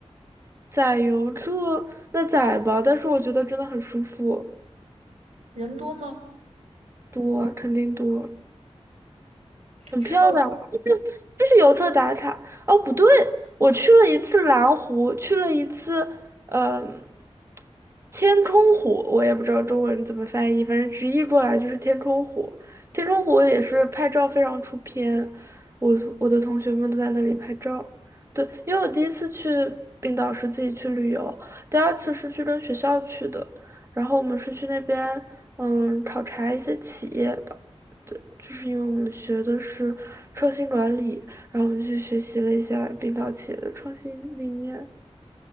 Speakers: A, on the right; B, on the right.
A: 载游客那载吧，但是我觉得真的很舒服，
B: 人多吗？
A: 多肯定多。很漂亮，
B: 是露天。
A: 就是就是游客打卡。哦，不对，我去了一次蓝湖，去了一次，嗯、天空湖，我也不知道中文怎么翻译，反正直译过来就是天空湖。天空湖也是拍照非常出片，我我的同学们都在那里拍照。对，因为我第一次去冰岛是自己去旅游，第二次是去跟学校去的，然后我们是去那边，嗯，考察一些企业吧。对，就是因为我们学的是创新管理，然后我们去学习了一下冰岛企业的创新理念。